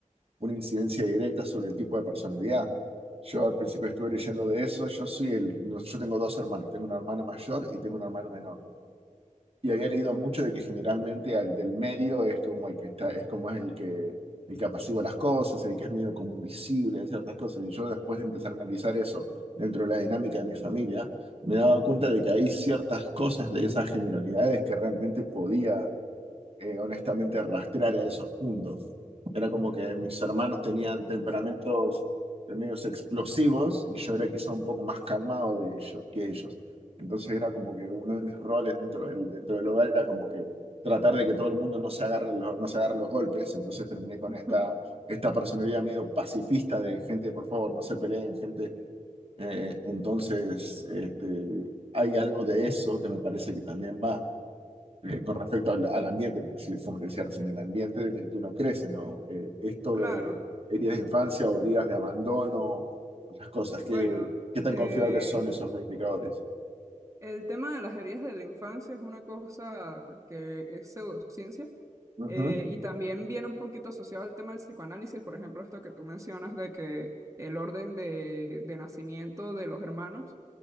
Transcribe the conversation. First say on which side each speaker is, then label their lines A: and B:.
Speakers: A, on the right (about 45°); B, on the right (about 25°).
A: una incidencia directa sobre el tipo de personalidad. Yo al principio estuve leyendo de eso, yo soy el, no, yo tengo dos hermanos, tengo una hermana mayor y tengo una hermana menor y había leído mucho de que generalmente al del medio es como el que está, es como es el que, el que apacigua las cosas, el que es medio como invisible de ciertas cosas. Y yo después de empezar a analizar eso dentro de la dinámica de mi familia, me he dado cuenta de que hay ciertas cosas de esas generalidades que realmente podía eh, honestamente rastrear a esos puntos. Era como que mis hermanos tenían temperamentos de medios explosivos y yo era quizá un poco más calmado de ellos, que ellos. Entonces era como que uno de mis roles dentro del, dentro del hogar era como que tratar de que todo el mundo no se agarre, lo- no se agarre los golpes. Entonces terminé con
B: Ujú.
A: esta, esta personalidad medio pacifista de gente, por favor, no se peleen, gente. Eh, entonces, este, hay algo de eso que me parece que también va eh, con respecto al, al ambiente, como si- te decía recién, el ambiente en el que uno crece, ¿no? Eh, esto
B: Claro.
A: de heridas de infancia o heridas de abandono, otras cosas,
B: Bueno,
A: ¿qué, qué tan
B: eh,
A: confiables son esos indicadores?
B: el tema de las heridas de la infancia es una cosa que es pseudociencia
A: Ujú,
B: eh, y también viene un poquito asociado al tema del psicoanálisis, por ejemplo, esto que tú mencionas de que el orden de de nacimiento de los hermanos.